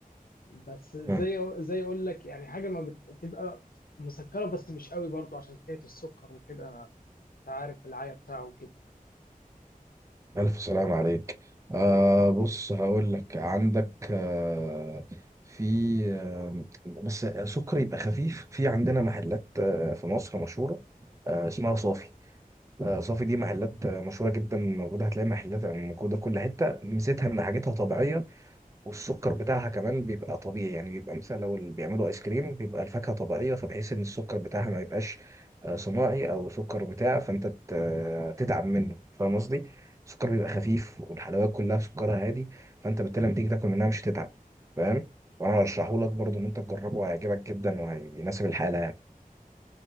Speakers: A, on the left; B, on the right.
A: بس زي
B: مم.
A: زي اقول لك يعني حاجه ما بتبقى مسكره بس مش قوي برضو عشان حكايه السكر وكده انت عارف العيا بتاعه وكده
B: ألف سلام عليك آه بص هقول لك عندك آه في آه بس سكر يبقى خفيف في عندنا محلات آه في مصر مشهورة آه، اسمها صافي آه، صافي دي محلات آه، مشهورة جدا موجودة هتلاقي محلات موجودة في كل حتة ميزتها إن حاجتها طبيعية والسكر بتاعها كمان بيبقى طبيعي يعني بيبقى مثلا لو اللي بيعملوا آيس كريم بيبقى الفاكهة طبيعية فبحيث إن السكر بتاعها ما يبقاش آه، صناعي أو سكر بتاع فأنت ت- آه، تتعب منه فاهم قصدي؟ السكر بيبقى خفيف والحلويات كلها سكرها هادي فأنت بالتالي لما تيجي تاكل منها مش هتتعب فاهم؟ وأنا هرشحهولك برضه إن أنت تجربه هيعجبك جدا وهيناسب الحالة يعني.